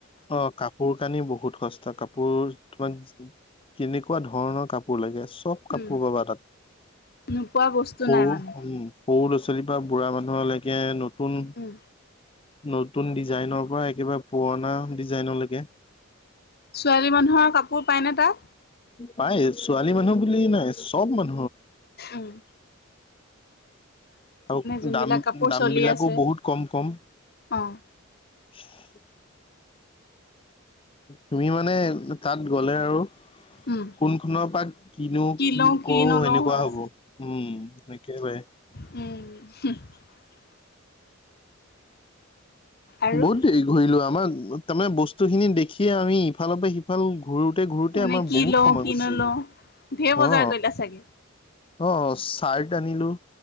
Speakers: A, on the left; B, on the left.
A: অ', কাপোৰ কানি বহুত সস্ত কাপোৰ তোমাক কেনেকুৱা ধৰণৰ কাপোৰ লাগে, চব কাপোৰ
B: উম,
A: পাবা তাত
B: নোপোৱা বস্তু
A: সৰু,
B: নাই মানে
A: উম। সৰু ল' ছোৱালীৰ পৰা বুঢ়া মানুহলৈকে নতুন
B: উম।
A: নতুন ডিজাইনৰ পৰা একেবাৰে পুৰণা ডিজাইনলৈকে।
B: ছোৱালী মানুহৰ কাপোৰ পায়নে তাত?
A: পায় ছোৱালী মানুহ বুলিই নাই চব মানুহ
B: উম'।
A: আৰু
B: যোনবিলাক
A: দাম
B: কাপোৰ
A: দাম
B: চলি
A: বিলাকো
B: আছে
A: বহুত কম কম।
B: অ
A: চো <unintelligible> তুমি মানে তাত গ'লে আৰু?
B: উম
A: কোনখনৰ পৰা কিনো কি
B: লওঁ
A: কৰো
B: নলওঁ
A: এনেকুৱা
B: হয়
A: হ'ব উম একেবাৰে।
B: উম'। আৰু
A: বহুত দেৰি ঘূৰিলো আমাৰ তাৰমানে বস্তু খিনি দেখিয়ে আমি ইফালৰ পৰা সিফাল ঘুৰোতে ঘুৰোতে
B: এনে
A: আমাৰ
B: কি
A: বহুত
B: লওঁ
A: সময়
B: কি
A: গুচি
B: নলওঁ
A: গ'ল,
B: ঢেৰ
A: হ।
B: বজাৰ কৰিলা চাগে
A: অ', চাৰ্ট আনিলো,